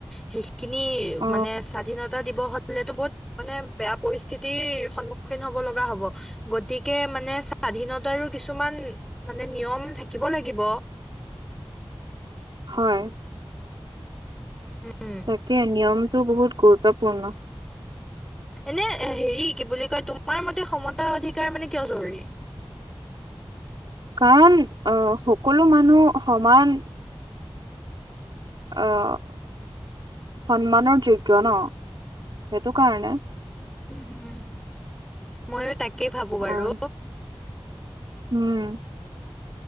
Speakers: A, in the centre; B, on the right (about 50°).
A: সেইখিনি
B: অ
A: মানে স্বনতা দ হলেো বহুত মানে বেয়া পৰিস্থিতিৰ সন্মুখীন হব লগা হব গতিকে মানে স্বাধীনতাৰো কিছু কিছুমান মানে নিয়ম থাকিব লাগিব
B: হয়
A: উম
B: তাকে নিয়মটো বহুত গুৰুত্বপূৰ্ণ
A: এনে হেৰি কি বুলি কয় তোমাৰ মতে সমতা অধিকাৰ মানে কিয় জৰুৰী
B: <unintelligible> কাৰণ আহ সকলো মানুহ সমান আহ সন্মানৰ যোগ্য ন সেইটো কাৰণে
A: উম হম ময়ো তাকেই ভাবো
B: আৰু
A: বাৰু
B: উম